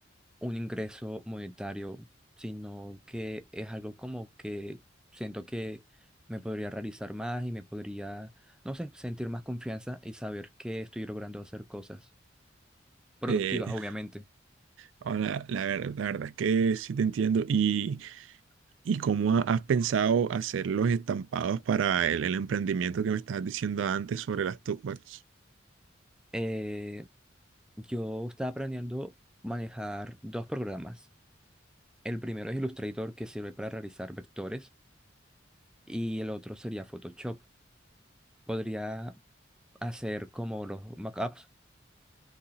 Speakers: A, in the centre; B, on the right (about 85°).
A: un ingreso monetario, sino que es algo como que siento que me podría realizar más y me podría, no sé, sentir más confianza y saber que estoy logrando hacer cosas productivas,
B: Eh,
A: obviamente.
B: Ahora, la, ver- la verdad es que sí te entiendo. ¿Y, y cómo ha- has pensado hacer los estampados para el, el emprendimiento que me estabas diciendo antes sobre las tote bags?
A: Eh, yo estaba aprendiendo a manejar dos programas. El primero es Illustrator, que sirve para realizar vectores. y el otro sería Photoshop. Podría hacer como los mockups